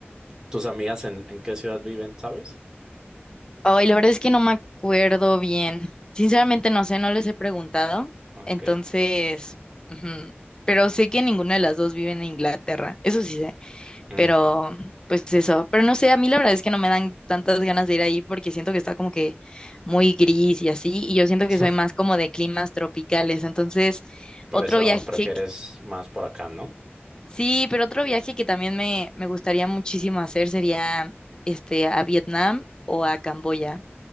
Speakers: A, on the right; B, on the left.
A: tus amigas en, en qué ciudad viven, sabes?
B: Ay, la verdad es que no me acuerdo bien. Sinceramente no sé, no les he preguntado.
A: Ok.
B: Entonces, ujú, pero sé que ninguna de las dos vive en Inglaterra, eso sí sé,
A: mm,
B: pero pues eso, pero no sé, a mí la verdad es que no me dan tantas ganas de ir ahí porque siento que está como que muy gris y así, y yo siento
A: <laughs>
B: que soy más como de climas tropicales. Entonces,
A: Por
B: otro
A: eso
B: viaje,
A: prefieres
B: que-
A: más por acá, ¿no?
B: sí, pero otro viaje que también me, me gustaría muchísimo hacer sería este a Vietnam o a Camboya.